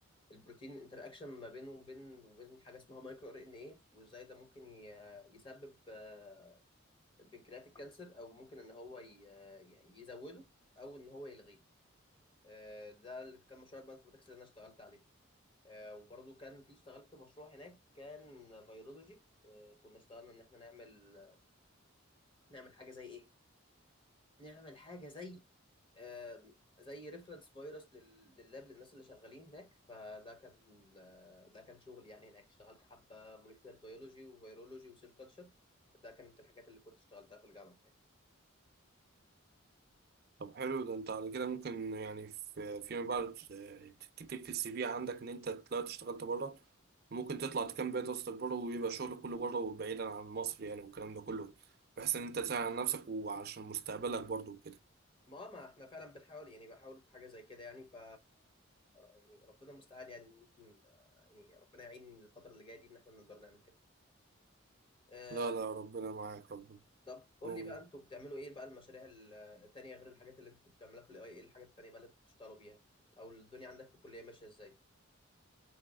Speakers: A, on the left; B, on the right.
A: البروتين انتراكشن ما بينه وبين وبين حاجه اسمها مايكرو ار ان ايه وازاي ده ممكن ي- يسبب آه، البنكرياتيك كانسر او ممكن ان هو ي- يعني يزوده او ان هو يلغيه آه، ده اللي كان مشروع البانثروماتكس اللي انا اشتغلت عليه آه، وبرضو كان في اشتغلت مشروع هناك كان بيولوجي آه، كنا اشتغلنا ان احنا نعمل نعمل حاجه زي ايه نعمل حاجه زي آه، زي ريفرنس فيروس لللاب للناس اللي شغالين هناك فده كان آه، ده كان شغل يعني هناك اشتغلت حبه موليكولر بيولوجي وفيرولوجي وسيل كلتشر ده كانت الحاجات اللي كنت اشتغلتها في الجامعه
B: طب حلو ده انت على كده ممكن يعني في فيما بعد تكتب في السي في عندك ان انت طلعت اشتغلت بره ممكن تطلع تكمل بقية دراستك بره ويبقى شغلك كله بره وبعيدا عن مصر يعني والكلام ده كله بحيث ان انت تساعد على نفسك وعشان مستقبلك برضه وكده
A: ما ما احنا فعلا بنحاول يعني بحاول في حاجه زي كده يعني ف يعني ربنا المستعان يعني ممكن آه، يعني ربنا يعين الفتره اللي جايه دي ان احنا نقدر نعمل كده آه،
B: لا لا ربنا معاك ربنا
A: طب قول
B: أوه.
A: لي بقى انتوا بتعملوا ايه بقى المشاريع ال- التانيه غير الحاجات اللي انتوا كنتوا بتعملوها في الاي ايه الحاجات التانيه بقى اللي انتوا بتشتغلوا بيها او الدنيا عندك في الكليه ماشيه ازاي